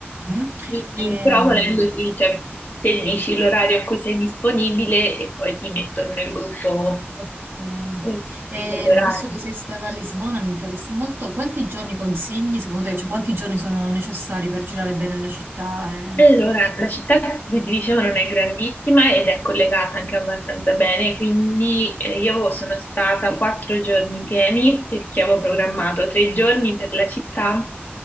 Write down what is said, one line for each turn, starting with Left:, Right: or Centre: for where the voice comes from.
Right: Mm.
Left: Quindi,
Right: Ehm,
Left: però volendo, sì, cioè, te dici l'orario a cui sei disponibile e poi ti mettono nel gruppo
Right: ok,
Left: eh,
Right: Ehm,
Left: di quell'orario.
Right: visto che sei stata a Lisbona, mi interessa molto, quanti giorni consigli secondo te? Cioè, quanti giorni sono necessari per girare bene la città e
Left: Allora, la città, come ti dicevo, non è grandissima ed è collegata anche abbastanza bene, quindi eh, io sono stata quattro giorni pieni perché avevo programmato tre giorni per la città